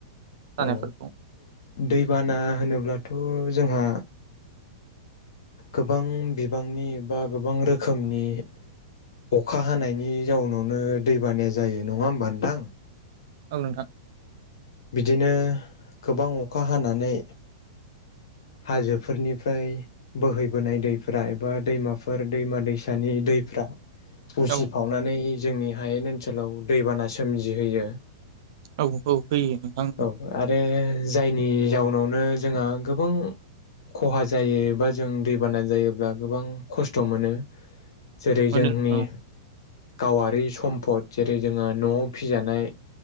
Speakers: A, on the right; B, on the left.
A: जानायफोरखौ
B: औ दैबाना होनोब्लाथ' जोंहा। गोबां बिबांनि बा गोबां रोखोमनि अखा हानायनि जाउनावनो दैबानाया जायो नङा होमबा नोंथां।
A: औ नोंथां
B: बिदिनो गोबां अखा हानानै हाजोफोरनिफ्राय बोहैबोनाय दैफ्रा एबा दैमाफोर दैमा दैसानि दैफ्रा उसिफावनानै
A: औ
B: जोंनि हायेन ओनसोलाव दैबाना सोमजिहोयो।
A: औ औ होयो नोंथां
B: औ आरो जायनि जाउनावनो जोंहा गोबां खहा जायोबा जों दैबाना जायोब्ला गोबां खस्थ' मोनो। जेरै
A: मोनो
B: जोंनि
A: नोंथां
B: गावआरि सम्फद जेरै जोंहा न'आव फिजानाय